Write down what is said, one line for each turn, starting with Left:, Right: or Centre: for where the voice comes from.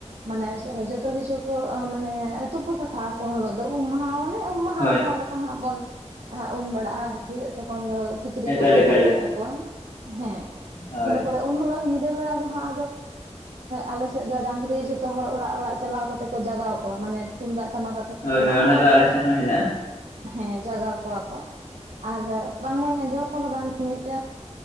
Right: ᱢᱟᱱᱮ ᱡᱚᱛᱚ ᱠᱤᱪᱷᱩ ᱠᱚ ᱢᱟᱱᱮ ᱛᱩᱯᱩ ᱥᱟᱯᱷᱟᱜ ᱟᱠᱳ ᱩᱱ ᱦᱤᱞᱳᱜ ᱫᱚ ᱩᱢ ᱢᱟᱦᱟ ᱩᱢ ᱢᱟᱦᱟ
Left: ᱦᱳᱭ
Right: ᱡᱟᱦᱟᱸ ᱞᱮᱠᱟ ᱵᱚᱱ ᱩᱢ ᱵᱟᱲᱟᱜᱼᱟ ᱟᱨᱠᱤ ᱛᱚᱠᱷᱚᱱ ᱫᱚ ᱠᱤᱪᱨᱤᱪ
Left: ᱮᱠᱟᱞ
Right: ᱠᱚᱠᱚ
Left: ᱮᱠᱟᱞ
Right: ᱥᱟᱯᱷᱟᱭ
Left: ᱮᱠᱟᱞ
Right: ᱛᱟᱠᱚᱣᱟ ᱦᱮᱸ
Left: ᱦᱳᱭ
Right: ᱤᱱᱟᱹ ᱯᱚᱨᱮ ᱩᱱ ᱦᱤᱞᱚᱜ ᱧᱤᱫᱟᱹ ᱵᱮᱲᱟ ᱫᱚᱦᱟᱸᱜ ᱟᱞᱮᱥᱮᱫ ᱫᱚ ᱰᱟᱝᱨᱤ ᱡᱷᱚᱛᱚ ᱦᱚᱲ ᱚᱲᱟᱜ ᱚᱲᱟᱜ ᱪᱟᱞᱟᱣ ᱠᱟᱛᱮ ᱠᱚ ᱡᱟᱜᱟᱣ ᱠᱚᱣᱟ ᱢᱟᱱᱮ ᱛᱩᱢᱫᱟᱜ ᱴᱟᱢᱟᱼᱼ ᱛᱩᱢᱫᱟᱜ ᱴᱟᱢᱟᱠᱛᱮ ᱠᱚ
Left: ᱦᱳᱭ
Right: ᱪᱟᱞᱟᱜᱼᱟ
Left: ᱦᱳᱭ ᱚᱱᱟ
Right: ᱟᱨ
Left: ᱫᱚ ᱟᱞᱮ
Right: ᱠᱚ
Left: ᱥᱮᱱ ᱦᱚᱸ ᱦᱮᱱᱟᱜᱼᱟ
Right: ᱦᱮᱸ ᱡᱟᱜᱟᱣ ᱠᱚᱣᱟ ᱠᱚ ᱟᱨ ᱵᱟᱝᱢᱟᱹᱧ ᱟᱸᱡᱚᱢ ᱟᱠᱟᱫᱟ ᱢᱤᱫᱴᱟᱝ